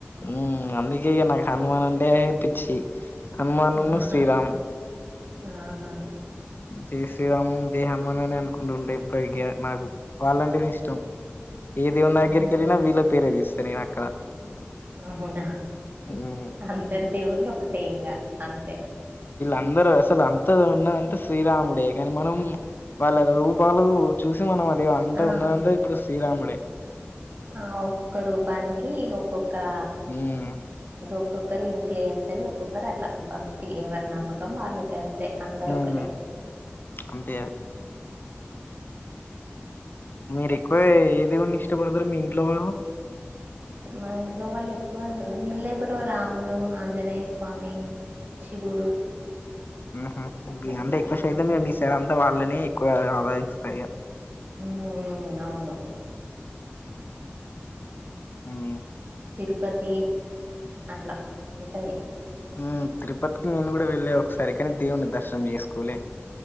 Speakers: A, on the left (about 50°); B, on the right (about 45°).
A: ఉం అందుకే ఇగ నాకు హనుమాన్ అంటేేప్పిచ్చి హనుమానున్ను
B: ఆహా
A: శ్రీరామ్
B: ఆహా
A: జయ శ్రీరామం జయ హమాన్ అనే అనుకుంటుంట ఎప్పడిక నాకు వాళ్ళంటే ఇష్టం ఏ దేవుని దగ్గరికి
B: ఉహు
A: వెళ్ళినా వీళ్ళ పేరేది తీస్తా నేను అక్కడ
B: అహునా
A: మ్మ్
B: అందరి దేవుళ్ళ ఒకటే ఇంగా అంతే
A: అందరు అసలు అంత ఉన్నదంతా శ్రీరాముడే కనీ మనం వాళ్ళ రూపాలు చూసి మనం ఇగ అంత
B: ఆ
A: ఉన్నందా ఇప్పుడు శ్రీరాముడే
B: ఆ ఒక్కొక్క రూపానికి ఒక్కొ కా
A: ఉమ్
B: ఇంకో ఒక్కొక్కరు ఇన్ఫ్లుయెన్స్ అయ్యి ఒక్కొక్కరు అట్లా భక్తి ఎవరి నమ్మకం వాళ్ళకి అంతే అందరు
A: ఉం
B: ఒకటే
A: అంతే అది మీరు ఎక్కువ ఏదేవున్నా ఇష్టపడతరు మీ ఇంట్లో వాళ్ళు
B: మా ఇంట్లో వాళ్ళు ఎక్కువ వీల్లె బ్రో రాముడు ఆంజనేయ స్వామి శివుడు
A: ఉమ్మ్ హు
B: అట్లా
A: అండె ఎక్కువ సైతం
B: మ్మ్
A: మీ మిస్ ఇక్కడంతా వాళ్ళని ఎక్కువ ఆదయిస్తా ఇగ
B: మ్మ్ అవును
A: ఉం
B: తిరుపతి అట్లా ఉంటది
A: ఉం తిరుపతికి నేను కూడా వెళ్ళా ఒకసారి కాని దేవుని దర్శనం చేసుకోలే